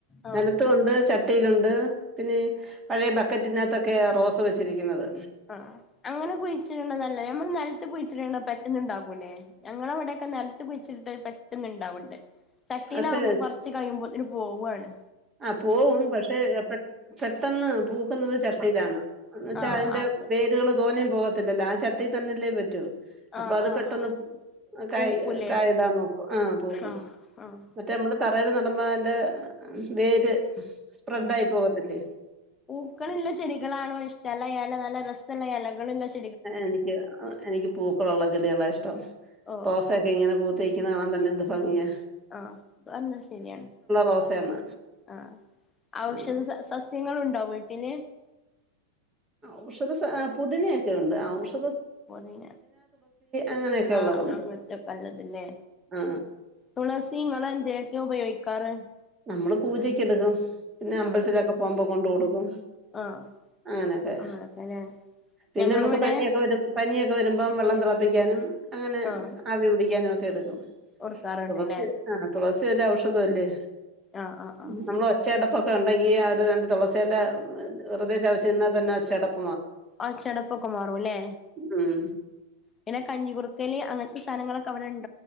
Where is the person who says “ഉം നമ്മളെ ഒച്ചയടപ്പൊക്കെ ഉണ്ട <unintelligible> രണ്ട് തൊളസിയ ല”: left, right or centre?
Right